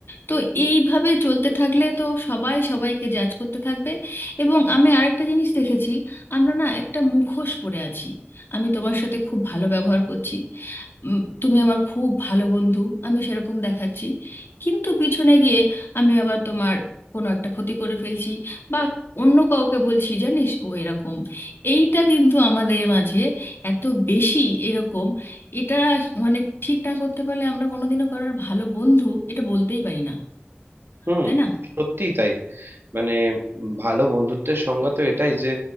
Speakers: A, on the left; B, on the right.
A: তো এইভাবে চলতে থাকলে তো সবাই সবাইকে জাজ করতে থাকবে এবং আমি আরেকটা জিনিস দেখেছি আমরা না একটা মুখোশ পরে আছি আমি তোমার সাথে খুব ভালো ব্যবহার করছি উম, তুমি আমার খুব ভালো বন্ধু আমি সেরকম দেখাচ্ছি কিন্তু পিছনে গিয়ে আমি আবার তোমার কোনো একটা ক্ষতি করে ফেলছি বা অন্য কাউকে বলছি জানিস ও এরকম এইটা কিন্তু আমাদের মাঝে এত বেশি এরকম এটা মানে ঠিক না করতে পারলে আমরা কোনোদিনও কারোর ভালো বন্ধু এটা বলতেই পারি না
B: হুম
A: তাই না
B: সত্যিই তাই মানে ভালো বন্ধুত্বের সংজ্ঞা তো এটাই যে